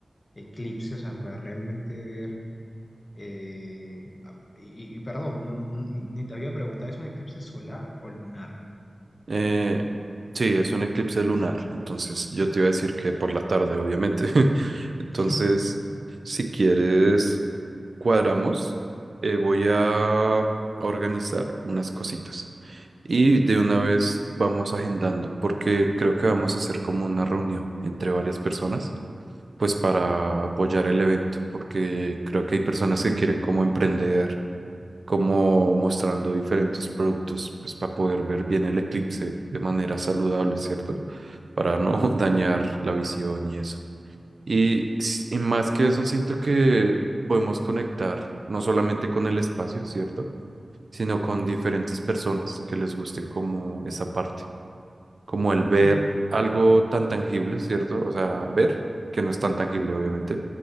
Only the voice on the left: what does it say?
eclipse, o sea, para realmente ver, eh, ah, y, y perdón, no- no- ni te había preguntado, ¿es un eclipse solar o lunar?
<laughs>
Ujú.
Sí,